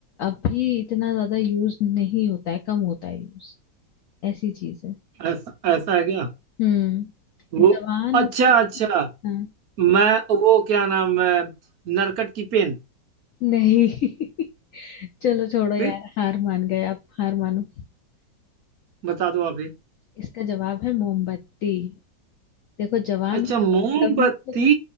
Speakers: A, on the left; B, on the right.
A: अब भी इतना ज्यादा यूज नहीं होता है कम होता है यूज ऐसी चीज है
B: ऐसा ऐसा है क्या
A: हम्म
B: वो
A: जवान
B: अच्छा
A: होते
B: अच्छा
A: हाँ
B: मैं वो क्या नाम है नरकट की पेन
A: नहीं <laughs> चलो छोड़ो यार
B: फिर
A: हार मान गए आप हार मानो
B: बता दो आप ही
A: इसका जवाब है मोमबत्ती देखो जवान
B: अच्छा मोमबत्ती
A: लंबी